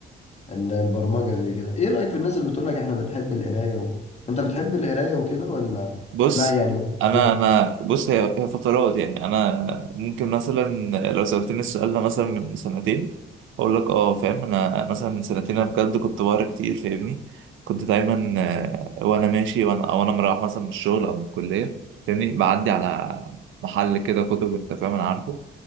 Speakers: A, on the left (about 35°); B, on the right (about 80°).
A: ال- البرمجة زي كده ايه رأيك في الناس اللي بتقول لك احنا بنحب القراية و... انت بتحب القراية وكده ولا
B: بص
A: لا يعني ما
B: انا
A: فيها
B: انا بص هي هي فترات يعني انا ممكن مثلا لو سألتني السؤال ده مثلا من سنتين اقول لك اه فاهم انا مثلا من سنتين انا بجد كنت بقرا كتير فاهمني كنت دايما آه، وانا ماشي وانا او انا مروح مثلا من الشغل او من الكليه فاهمني بعدي على محل كده كتب انت فاهم انا عارفه